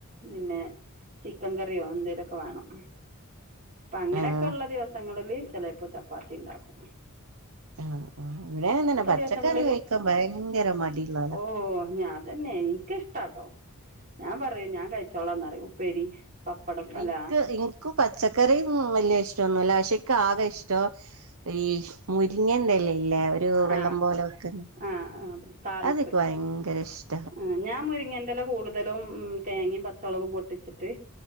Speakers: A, on the right; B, on the right.
A: പിന്നെ ചിക്കൻ കറിയോ എന്തേങ്കലൊക്കെ വേണം അപ്പൊ അങ്ങനെയൊക്കെള്ള
B: ആഹ്
A: ദിവസങ്ങളില് ചിലപ്പോ ചപ്പാത്തി ഇണ്ടാക്കും
B: ആ ആ ഇവിടെ തന്നെ പച്ചക്കറി
A: ദിവസങ്ങളില്
B: കഴിക്കാൻ ഭയങ്കര മടിള്ളാലാ
A: ഓ ഞാൻ അതന്നെ എനിക്കിഷ്ടാട്ടോ ഞാൻ പറയൂ ഞാൻ കഴിച്ചോളാംന്നറയും ഉപ്പേരി പപ്പടം അല്ല
B: ഇനിക്ക് ഇനിക്ക് പച്ചക്കറി ഉം വലിയ ഇഷ്ടൊന്നുല്ല പക്ഷേ എനക്കാകെ ഇഷ്ടം ഈ മുരിങ്ങണ്ടല്ലേ ഇല്ല ഒരു
A: ആ
B: വെള്ളം പോലെ വെക്കുന്നു
A: ആ ആ താളിപ്പ്
B: അത് ഭയങ്കര ഇഷ്ട
A: ആ ഞാൻ മുരിങ്ങേൻന്റെല്ല കൂടുതലും ഉം തേങ്ങയും പച്ചളകവും പൊട്ടിച്ചിട്ട്